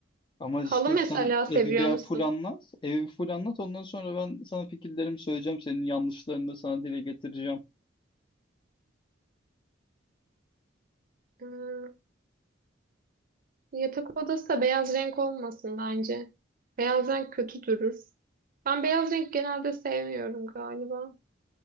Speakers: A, on the left (about 25°); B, on the right (about 50°).
A: Ama
B: Halı
A: işte
B: mesela
A: sen
B: seviyor
A: evi bir
B: musun?
A: full anlat. Evi bir full anlat. Ondan sonra ben sana fikirlerimi söyleyeceğim. Senin yanlışlarını da sana dile getireceğim.
B: Hmm, yatak odası da beyaz renk olmasın bence. Beyaz renk kötü durur. Ben beyaz renk genelde sevmiyorum galiba.